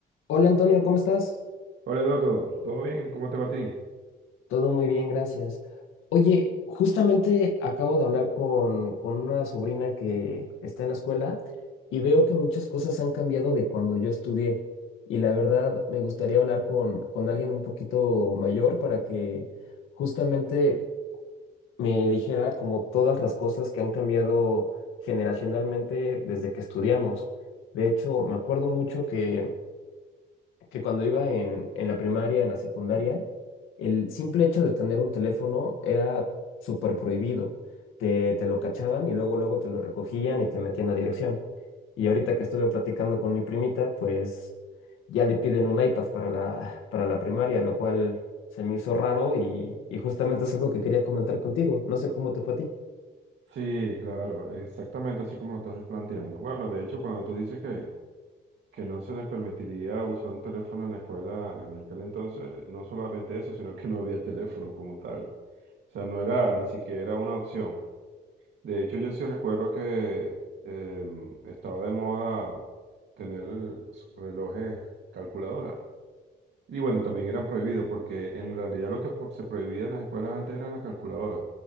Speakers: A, on the left; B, on the right.
A: Hola Antonio, ¿cómo estás?
B: Hola Eduardo, ¿todo bien? ¿Cómo te va a ti?
A: Todo muy bien, gracias. Oye, justamente acabo de hablar con, con una sobrina que está en la escuela y veo que muchas cosas han cambiado de cuando yo estudié. Y la verdad, me gustaría hablar con, con alguien un poquito mayor para que justamente me dijera como todas las cosas que han cambiado generacionalmente desde que estudiamos. De hecho, me acuerdo mucho que... que cuando iba en, en la primaria, en la secundaria, el simple hecho de tener un teléfono era súper prohibido. Te, te lo
B: Mm.
A: cachaban y luego, luego te lo recogían y te metían a dirección. Y ahorita que estuve platicando con mi primita, pues ya le piden un iPad para la, para la primaria, lo cual se me hizo raro y, y justamente es algo que quería comentar contigo. No sé cómo te fue a ti.
B: Sí, claro, exactamente así como lo estás planteando. Bueno, de hecho, cuando tú dices que, que no se les permitiría usar un teléfono en la escuela en aquel entonces, no solamente eso, sino que no había teléfono como tal. O sea, no era ni siquiera una opción. De hecho, yo sí recuerdo que em, estaba de moda tener relojes calculadoras. Y bueno, también eran prohibidos porque en realidad lo que pro- se prohibía en las escuelas antes eran las calculadoras.